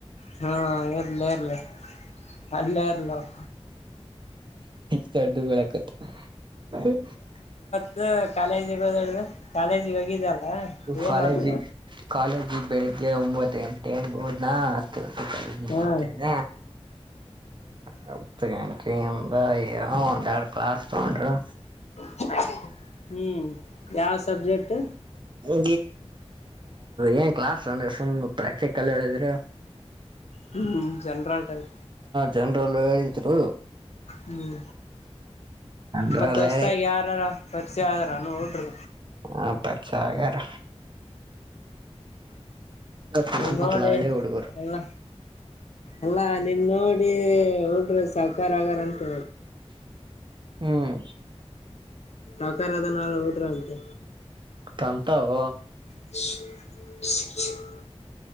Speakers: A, on the left; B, on the right.
A: ಹಾ ಇರ್ಲ ಇರ್ಲ ಅಲ್ಲೇ ಇರ್ಲವು
B: ದಡ್ದು ಬೆಳಿಯಾಕ್ <unintelligible>
A: ಇದು ಕಾಲೇಜಿಗೆ ಹೋದ್ <unintelligible> ಕಾಲೇಜಿಗೆ ಹೋಗಿದಲ್ಲ ಏನ್
B: ಕಾಲೇಜಿಗೆ
A: ಆತ
B: ಕಾಲೇಜಿಗೆ ಬೆಳಿಗ್ಗೆ ಒಂಬತ್ತು ಗಂಟೆಗ್ ಹೊದ್ನ ಹತ್
A: ಹ್ಮ
B: ಹತ್ದಿನ. ಹತ್ಗಂಟಿಂಗ್ಅಂದ್ರ ಏನೂ ಒಂದ್ ಎರಡ್ ಕ್ಲಾಸ್ ತಗೊಂಡ್ರು
A: <inaudible> ಹ್ಮ್ ಯಾವ್ ಸಬ್ಜೆಕ್ಟ್.
B: <unintelligible> <unintelligible> ಏನ್ ಕ್ಲಾಸ್ ಅಂದ್ರೆ ಸುಮ್ಮ್ ಪ್ರಾಕ್ಟಿಕಲ್ ಹೇಳಿದ್ರೆ
A: ಹ್ಮ್ ಜನ್ರಾಲ್ ಟ್ರೈನ್
B: ಜನ್ರಲ್ಲೆ ಇದ್ರು
A: ಹ್ಮ್
B: ಜನರಲ್
A: ಮತ್ತ್ ಹೊಸ್ದಾಗಿ
B: ಹೇಳಿ
A: ಯಾರಾರ ಪರ್ಚಯ ಆದ್ರನು <unintelligible>
B: ಹಾ ಪರ್ಚಯ ಆಗ್ಯರ. ಸುತ್ತಮುತ್ತಲ
A: ನೀ ನೋಡಿ
B: ಹಳ್ಳಿ ಹುಡುಗರು
A: ಎಲ್ಲ ಅಲ್ಲಾ ನೀನ್ ನೋಡಿ ಹುಡ್ಗ್ರು ಸಾವ್ಕಾರ ಆಗಾರಂತ
B: ಹ್ಮ್
A: ಕಲೆತರ ಅದಲ್ಲಾ <unintelligible> ಬಿಟ್ರಂತೆ
B: ತಂತವು
A: <inaudible>